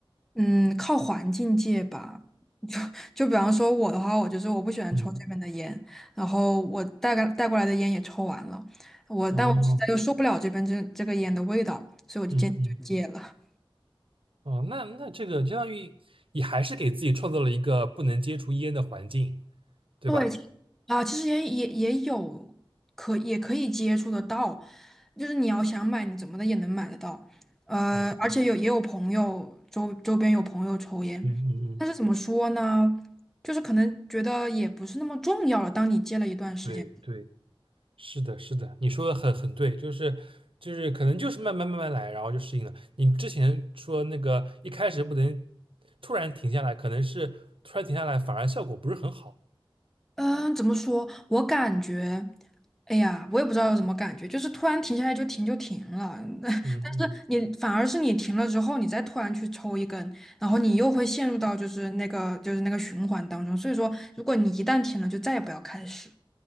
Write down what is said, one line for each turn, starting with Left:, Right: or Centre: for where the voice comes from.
Centre: 嗯，靠环境戒吧。<laughs> 就就比方说我的话，我就是我不喜欢抽这边的烟，
Right: 嗯，
Centre: 然后我带个带过来的烟也抽完了，我但我实在又受不了这边这这个烟的味道，
Right: 哦，
Centre: 所以我就坚决就嗯戒了。
Right: 嗯嗯。哦，那那这个相当于你还是给自己创造了一个不能接触烟的环境，对吧？
Centre: 对，其啊，其实也也也有可也可以接触得到，就是你要想买，你怎么的也能买得到。呃，
Right: 嗯
Centre: 而且有也有朋友周周边有朋友抽烟，
Right: 嗯嗯嗯，
Centre: 但是怎么说呢，就是可能觉得也不是那么重要了。当你戒了一段时间。
Right: 对对，是的，是的，你说的很很对，就是就是可能就是慢慢慢慢来，然后就适应了。你之前说那个一开始不能突然停下来，可能是突然停下来反而效果不是很好。
Centre: 嗯，怎么说？我感觉，哎呀，我也不知道有什么感觉，就是突然停下来就停就停了。<laughs>
Right: 嗯嗯
Centre: 但是你反而是你停了之后，你再突然去抽一根，然后你又会陷入到就是那个就是那个循环当中。所以说，如果你一旦停了，就再也不要开始。